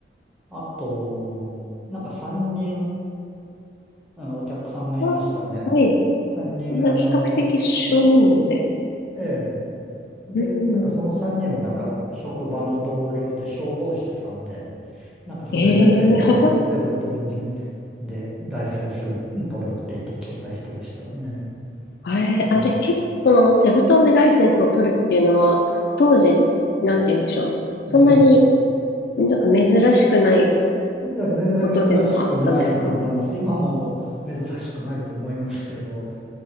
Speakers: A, in the centre; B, on the left (about 60°).
A: あと、なんか3人、うん、お客さんがいましたね。
B: あーはい。
A: 3人、
B: みんな比較的少人数で。
A: あの、ええで、
B: うん。
A: なんかその3人はなんか職場の同僚で消防士さんで、なんかそれでセ、
B: え
A: へセブ島に
B: え <laughs>
A: でライセンス取るって言ってきてた人でしたね。
B: あえーあ、
A: ね
B: じゃあ結構、その、セブ島でライセンスを取るっていうのは、当時、なんて言うんでしょう。
A: うん。
B: そんなになんか珍しくない
A: いや、全然珍しくないと思います。
B: ことでもあったんですか
A: 今も珍しくないと思いますけど。